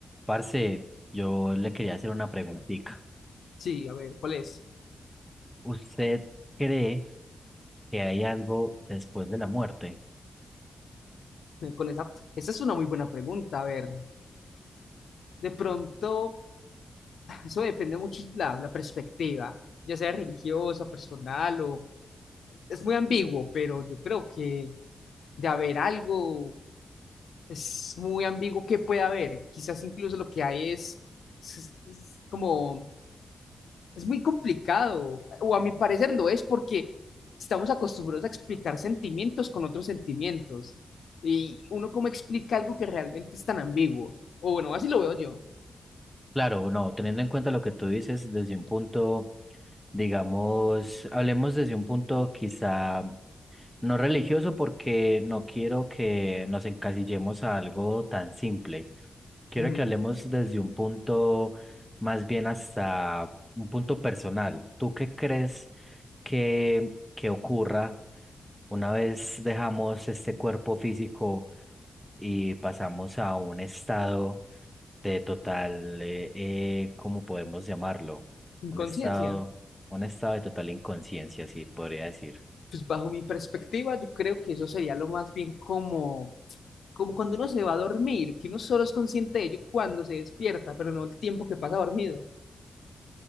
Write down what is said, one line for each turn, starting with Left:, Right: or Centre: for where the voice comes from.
Centre: Parce, yo le quería hacer una preguntita.
Left: Sí, a ver, ¿cuál es?
Centre: ¿Usted cree que hay algo después de la muerte?
Left: <laughs> Con esa, esa es una muy buena pregunta. A ver, de pronto, <sighs> eso depende mucho de la, la perspectiva, ya sea religiosa, personal o... Es muy ambiguo, pero yo creo que de haber algo, es muy ambiguo qué puede haber. Quizás incluso lo que hay es, es- es como es muy complicado, o a mi parecer lo es porque estamos acostumbrados a explicar sentimientos con otros sentimientos. Y uno cómo explica algo que realmente es tan ambiguo. O bueno, así lo veo yo.
Centre: Claro, no, teniendo en cuenta lo que tú dices desde un punto, digamos, hablemos desde un punto quizá no religioso porque no quiero que nos encasillemos a algo tan simple. Quiero
Left: Ujú.
Centre: que hablemos desde un punto más bien hasta un punto personal. ¿Tú qué crees que, que ocurra? Una vez dejamos este cuerpo físico y pasamos a un estado de total, eh, eh, ¿cómo podemos llamarlo?
Left: Inconsciencia.
Centre: Un estado, un estado de total inconsciencia, sí, podría decir.
Left: Pues bajo mi perspectiva, yo creo que eso sería lo más bien como, como cuando uno se va a dormir, que uno solo es consciente de ello cuando se despierta, pero no el tiempo que pasa dormido.